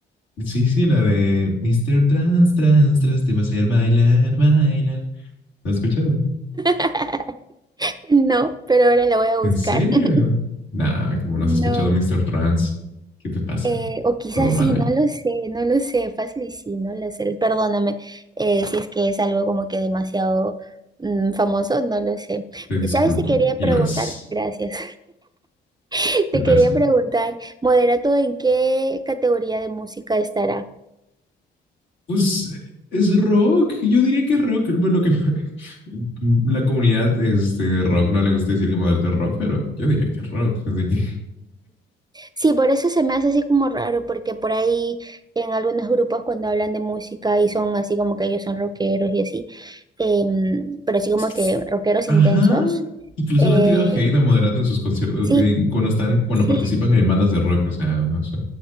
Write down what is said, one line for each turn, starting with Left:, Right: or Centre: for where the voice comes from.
Left: Sí, sí, la de Mister Trans, Trans, Trans, te va a hacer bailar, bailar. ¿Lo has escuchado?
Right: <laughs> no, pero ahora la voy a buscar.
Left: ¿En serio?
Right: <laughs>
Left: Nah, como no
Right: No,
Left: has escuchado Mr. Trans, ¿qué te pasa?
Right: eh, o quizás
Left: Todo mal
Right: sí,
Left: ahí.
Right: no lo sé, no lo sé, fácil y sí, no lo sé. Perdóname eh, si es que es algo como que demasiado mm, famoso, no lo sé.
Left: Te disculpo.
Right: ¿Sabes? Te quería
Left: Y
Right: preguntar,
Left: lo es.
Right: gracias. <laughs>
Left: ¿Qué
Right: Te
Left: pasa?
Right: quería preguntar, ¿Moderato en qué categoría de música estará?
Left: Pues es rock. Yo diría que es rock. Lo que <laughs> la comunidad este, de rock no le gusta decir que moderno es rock, pero yo diría que es rock. Así que,
Right: Sí, por eso se me hace así como raro, porque por ahí en algunos grupos cuando hablan de música y son así como que ellos son rockeros y así, em, pero así como
Left: es que
Right: que rockeros
Left: ajá.
Right: intensos,
Left: Incluso
Right: eh,
Left: le han tirado hate a Moderato en sus conciertos
Right: sí,
Left: eh, cuando están, cuando
Right: sí,
Left: participan en bandas de rock. O sea, no sé.